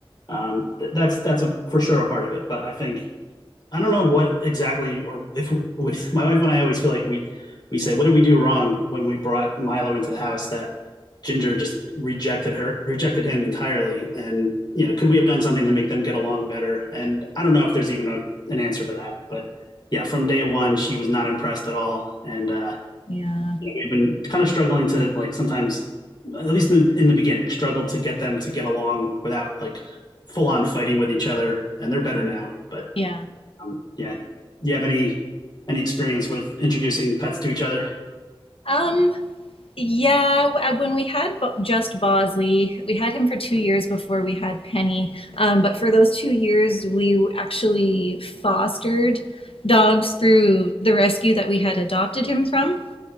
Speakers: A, on the left; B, on the left.
A: um, th- that's that's a for sure a part of it. But I think I don't know what exactly, or if we, my wife and I always feel like we we say, what did we do wrong when we brought Milo into the house that Ginger just rejected her, rejected him entirely, and you know, could we have done something to make them get along better? And I don't know if there's even a, an answer to that, but yeah, from day one, she was not impressed at all, and uh,
B: Yeah.
A: we've been kind of struggling to like sometimes, at least in the, in the beginning, struggled to get them to get along without like full on fighting with each other, and they're better now, but
B: Yeah.
A: um, yeah. You have any any experience with introducing pets to each other?
B: Um, Yeah, uh, when we had Bo- just Bosley, we had him for two years before we had Penny. Um, but for those two years, we actually fostered dogs through the rescue that we had adopted him from.